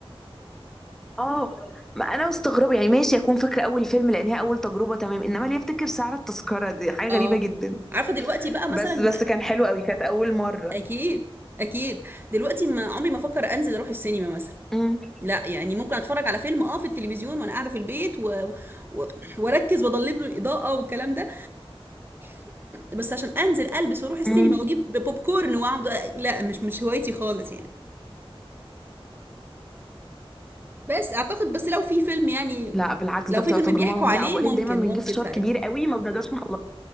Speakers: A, in the centre; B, on the right.
A: آه، ما أنا مستغربة يعني ماشي أكون فاكرة أول فيلم لإن هي أول تجربة تمام، إنّما ليه أفتكر سعر التذكرة دي حاجة
B: اه
A: غريبة جدًا،
B: عارفة دلوقتي بقى مثلا
A: بس بس كان حلو أوي، كانت أول مرّة.
B: اكيد اكيد دلوقتي ما عمري ما افكر انزل اروح السينما مثلا
A: إمم،
B: لا يعني ممكن اتفرج على فيلم اه في التلفزيون وانا قاعده في البيت و... و... واركز واضلم له الاضاءه والكلام ده بس عشان انزل البس واروح السينما
A: إمم.
B: واجيب بوب كورن واقعد لا مش مش هوايتي خالص يعني بس اعتقد بس لو في فيلم يعني
A: لأ بالعكس
B: لو
A: ده بتبقى
B: في فيلم
A: تجربة
B: بيحكوا
A: ممتعة
B: عليه
A: وباقول
B: ممكن
A: لِك دايمًا بنجيب
B: ممكن
A: فشار
B: ساعتها
A: كبير أوي ما بنقدرش نخلّصه.